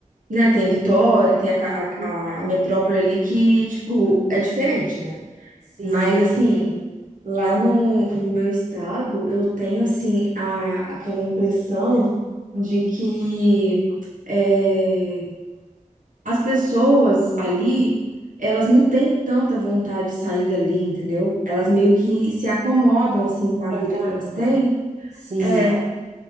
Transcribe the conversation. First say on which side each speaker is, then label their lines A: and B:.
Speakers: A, on the right; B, on the right.
A: né, tem Vitória, tem a, ca-
B: Hum.
A: a, a metrópole ali que, tipo, é diferente, né?
B: Sim,
A: Mas, Sim. assim, lá no, no meu estado, eu tenho, assim, a, aquela impressão de que eh, as pessoas ali, elas não têm tanta vontade de sair dali, entendeu? Elas meio que se acomodam assim com a
B: se
A: vida
B: acomodam.
A: que elas têm.
B: Sim.
A: É,